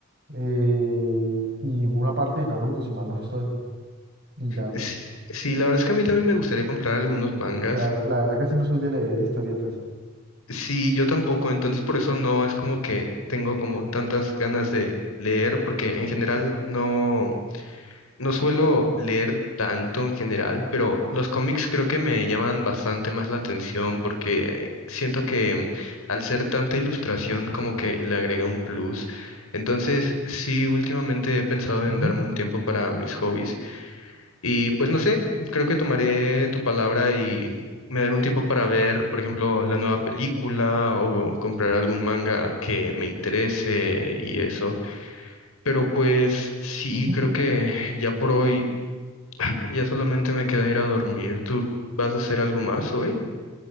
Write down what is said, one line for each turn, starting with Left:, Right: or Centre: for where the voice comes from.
Right: eh, y una parte de Naruto, si mal no estoy. Y ya,
Left: s- sí, la verdad es que a mí también me gustaría comprar algunos mangas.
Right: La, verdad la verdad casi no soy de leer historietas.
Left: Sí, yo tampoco, entonces por eso no es como que tengo como tantas ganas de leer, porque en general no. No suelo leer tanto en general, pero los cómics creo que me llaman bastante más la atención porque siento que al ser tanta ilustración como que le agrega un plus. Entonces, sí, últimamente he pensado
Right: Ujú,
Left: en darme un tiempo para mis hobbies y pues no sé, creo que tomaré tu palabra y me daré un tiempo para ver, por ejemplo, la nueva película o comprar algún manga que me interese y eso. Pero pues sí,
Right: ujú.
Left: creo que ya por hoy ya solamente me queda ir a dormir. ¿Tú vas a hacer algo más hoy?